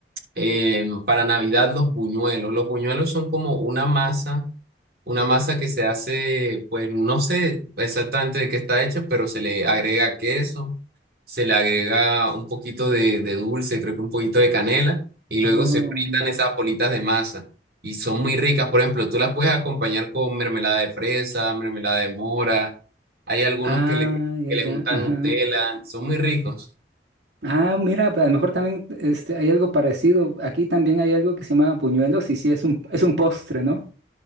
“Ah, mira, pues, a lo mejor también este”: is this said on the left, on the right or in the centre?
Right